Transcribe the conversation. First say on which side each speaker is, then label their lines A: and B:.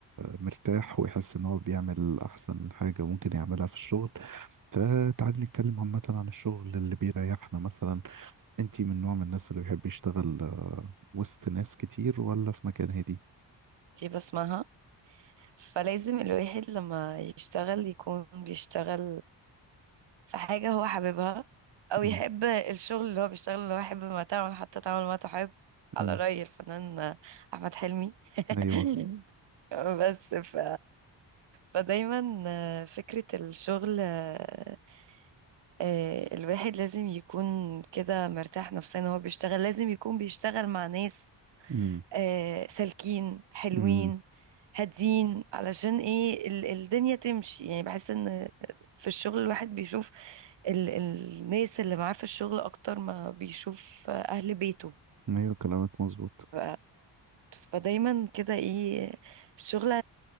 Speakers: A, on the right; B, on the right.
A: مرتاح ويحس ان هو بيعمل احسن حاجة ممكن يعملها في الشغل فتعالي نتكلم عامة عن الشغل اللي بيريحنا مثلا انتي من نوع من الناس اللي بيحب يشتغل وسط ناس كتير ولا في مكان هادي
B: دي بسمعها فلازم الواحد لما يشتغل يكون بيشتغل في حاجة هو حاببها او
A: مم.
B: يحب الشغل اللي هو بيشتغل اللي هو يحب ما تعمل حتى تعمل ما تحب على
A: مم.
B: رأي الفنان احمد حلمي
A: ايوه
B: <laughs> بس ف... فدايما آه، فكرة الشغل آه، آه، الواحد لازم يكون كده مرتاح نفسيا وهو بيشتغل لازم يكون بيشتغل مع ناس
A: مم.
B: آه سالكين حلوين
A: مم.
B: هادين علشان ايه ال- الدنيا تمشي يعني بحس ان في الشغل الواحد بيشوف ال الناس اللي معاه في الشغل اكتر ما بيشوف اهل بيته
A: ايوه كلامك مظبوط
B: ف فدايما كده ايه الشغل